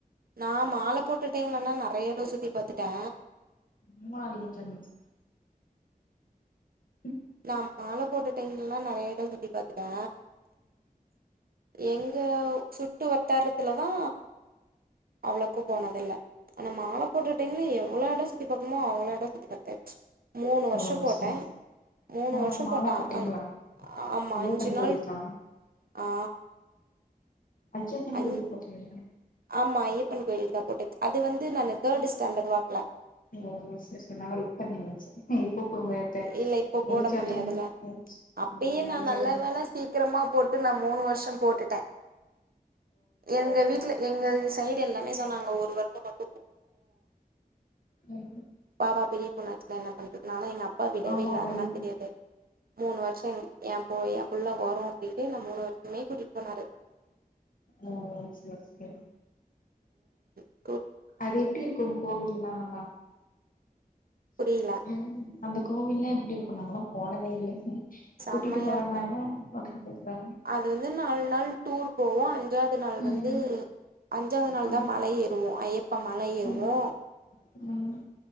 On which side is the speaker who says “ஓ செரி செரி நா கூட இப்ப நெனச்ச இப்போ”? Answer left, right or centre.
Left